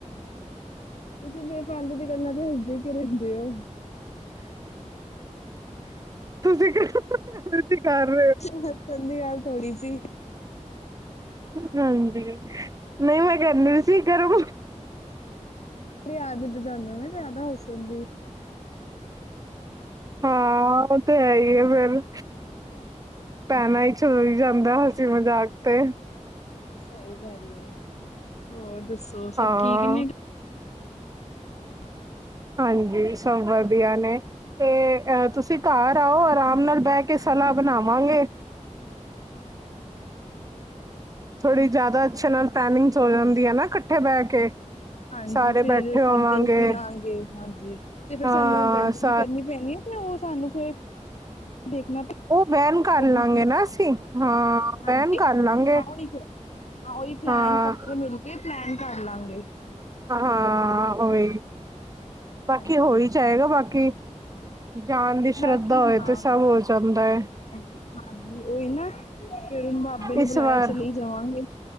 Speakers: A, on the left; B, on the right.
A: ਤੁਸੀਂ ਬੇਫਾਲਤੂ ਦੀ ਗੱਲਾਂ ਤੇ ਹਸਦੇ ਕਿਉ ਰਹਿੰਦੇ ਓ
B: ਤੁਸੀਂ <inaudible>
A: ਉ ਹੱਸਣ ਦੀ ਗੱਲ ਥੋੜੀ ਸੀ
B: ਹਾਂਜੀ ਨਹੀਂ ਮੈਂ ਕਹਿੰਦੀ ਸੀ ਘਰੋਂ
A: ਏ ਆਦਤ ਤੁਹਾਨੂੰ ਵੀ ਜ਼ਿਆਦਾ ਹੱਸਣ ਦੀ <inaudible>
B: ਹਾਂ ਉਹ ਤੇ ਹੈ ਈ ਏ ਫੇਰ ਭੈਣਾਂ ਇਚ ਹੋ ਈ ਜਾਂਦਾ ਹਸੀ ਮਜ਼ਾਕ ਤੇ
A: ਸਹੀ ਗੱਲ ਏ ਹੋਰ ਦੱਸੋ
B: ਹਾਂ
A: ਸਭ ਠੀਕ ਨੇ <inaudible>
B: ਹਾਂਜੀ ਸਭ ਵਧੀਆ ਨੇ ਤੇ ਅ ਤੁਸੀਂ ਘਰ ਆਓ ਆਰਾਮ ਨਾਲ ਬਹਿ ਕੇ ਸਲਾਹ ਬਣਾਵਾਂਗੇ ਥੋੜ੍ਹੀ ਜ਼ਿਆਦਾ ਅੱਛੇ ਨਾਲ ਪਲੈਨਿੰਗਸ ਹੋ ਜਾਂਦੀਆਂ ਨਾ ਕੱਠੇ ਬਹਿ ਕੇ
A: ਹਾਂਜੀ
B: ਸਾਰੇ
A: ਫੇਰ
B: ਬੈਠੇ ਹੋਵਾਂਗੇ
A: ਦੇਖ ਵੀ ਲਾਂਗੇ ਹਾਂਜੀ ਤੇ ਫੇਰ
B: ਹਾਂ
A: ਸਾਨੂੰ ਗੱਡੀ
B: ਸ
A: ਕਰਨੀ ਪੈਣੀ ਏ ਨ ਓ ਸਾਨੂੰ ਫੇਰ ਦੇਖਣਾ ਪੈ-
B: ਓ ਬੈਨ ਕਰ
A: ਗੱਡੀ
B: ਲਾਂਗੇ
A: ਠੀਕ
B: ਨਾ ਅਸੀ। ਹਾਂ।
A: ਹਾਂਜੀ।
B: ਵੈਨ ਕਰ ਲਾਂਗੇ
A: ਹਾਂ ਓਈ ਹਾਂ ਓਈ ਪਲੈਨ
B: ਹਾਂ
A: ਕੱਠੇ ਮਿਲ ਕੇ ਪਲੈਨ ਕਰ ਲਾਂਗੇ।
B: ਹਾਂ ਓਈ। ਬਾਕੀ
A: ਹਾਂਜੀ।
B: ਹੋ ਈ ਜਾਏਗਾ ਬਾਕੀ। ਜਾਨ ਦੀ ਸ਼ਰਧਾ
A: ਬਾਕੀ
B: ਹੋਏ
A: ਹਾਂ,
B: ਤੇ ਸਭ ਹੋ ਜਾਂਦਾ ਏ।
A: ਹਾਂਜੀ ਓਈ ਨਾ। ਫੇਰ ਬਾਬੇ ਨੇ
B: ਇਸ
A: ਬੁਲਾਏਆ
B: ਵਾਰ
A: ਐ ਚਲੇ ਈ ਜਾਵਾਂਗੇ।